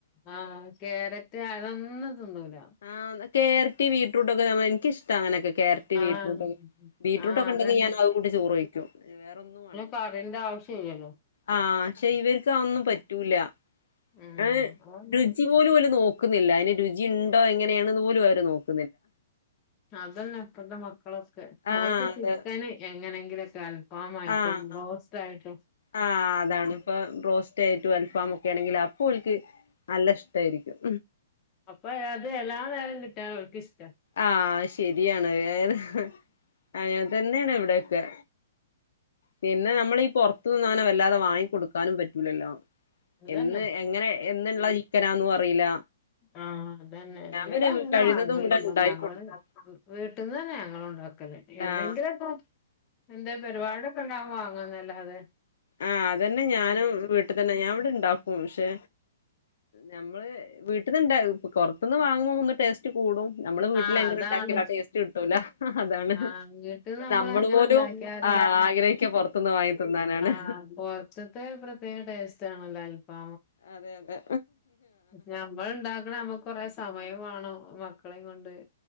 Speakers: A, on the left; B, on the left.
A: ആഹ് കാരറ്റ് അതൊന്നും തിന്നൂല
B: ആന്ന് കേരറ്റ് ബീറ്റ്‌റൂട്ടൊക്കെ നമ്മയെന്ത് ക്കിഷ്ടാ അങ്ങനൊക്കെ ക്യാരറ്റ് ബീറ്റ്റൂട്ടൊക്കെ
A: ആഹ്
B: ബീറ്റ്റൂട്ട്
A: ആഹ്
B: ഒക്കെ
A: അതന്നെ
B: ഉണ്ടെങ്കിൽ ഞാൻ അത് കൂട്ടി
A: <unintelligible>
B: ചോറ് കഴിക്കും വേറൊന്നും വേണ്ട എനിക്ക്
A: കറീൻ്റാവശ്യില്ലല്ലോ
B: ആഹ് ക്ഷേ ഇവര്ക്ക് അതൊന്നും പറ്റൂല
A: ഉം
B: ആ രുചി പോലും ഓല് നോക്ക് ക്കുന്നില്ല അയിന് രുചിയിണ്ടോ എങ്ങിനേണ്ന്ന് പോലും അവര് നോക്ക്
A: അതന്നെ ഇപ്പത്തെ മക്കളൊക് കെ
B: ആഹ്
A: ഓൽക്ക്
B: അതെ
A: ചിക്കന് എങ്ങനെങ്കിലൊക്ക് കൽ ഫാമായിട്ടും,
B: ആഹ്
A: ബ്രോസ്റ്റായിട്ടും
B: ആഹ് അതാണ് ഇപ്പ ബ്രോസ്റ്റായിട്ടും അൽഫാമൊക്കേണെങ്കി അപ്പോൽക്ക് നൽ ല്ലഷ്ടായിരിക്കും.
A: അപ്പഴാത് എല്ലാ നേരം കിട്ടിയാലും ഓൽക്കിഷ്
B: ആഹ് ശരിയാണത് ഏത് അയ് അതന്നേണ് ഇവിടെയൊക്കെ പിന്നെ നമ്മളീ പൊറത്തൂന്നങ്ങനെ വ ല്ലാതെ വാങ്ങിക്കൊടുക്കാനും പറ്റൂലല്ലോ
A: ഇതെന്നെ
B: എന്ന് എങ്ങനെ എന്നുള്ള ചിക്കനാന്നും അറിയില്ല
A: ആഹ് അതന്നെ
B: ഞാൻ
A: ഇവിടെ
B: പിന്നെ
A: അങ്ങനെ
B: കഴിയുന്നതും
A: വാങ്ങ <unintelligible>
B: ഇവിടെ ഉണ്ടായി കൊടുക്കും
A: വീട്ടിന്നന്നെ ഞങ്ങളും ഇണ്ടാക്കല് എന്നെങ്കിലൊക്കെ
B: ആഹ്
A: എന്തേം പരിപാടിയൊക്കെ ഇണ്ടാവുമ്പോ വാങ്ങ് ങ്ങാന്നല്ലാതെ
B: ആ അതന്നെ ഞാനും വീട്ട്തന്നെ ഞാൻ ഇവ്ടെണ്ടാക്കും ശെ ഞമ്മൾ വീട്ട്ന്ന് ണ്ടാ പൊറത്ത്ന്ന് വാങ്ങും ഒന്ന് ടെസ്റ്റ് കൂടും നമ്മൾ വീട്ടിന്
A: ആഹ്
B: എങ്ങനെ
A: അതാണ്
B: ണ്ടാക്കിയാൽ ആ ടെസ്റ്റ്‌ കിട്ടൂല അതാണ്
A: ആഹ് വീട്ടിൽ
B: നമ്മൾ
A: അങ്ങനെ
B: പോലും
A: ഉണ്ടാക്കിയാലും
B: അ ആഗ്രഹിക്ക പൊറത്തിന്ന് വാങ്ങിത്തിന്നാണ്
A: അ പൊറത്ത്തെ പ്രത്യേക ടെസ്റ്റ്‌ ആണല്ലോ
B: അതെ അതെ
A: ഞമ്മൾ ണ്ടാക്ണെ ഞമ്മക്ക് കൊറേ സമയം വേണം മ്മാക് മക്കളെയും കൊണ്ട്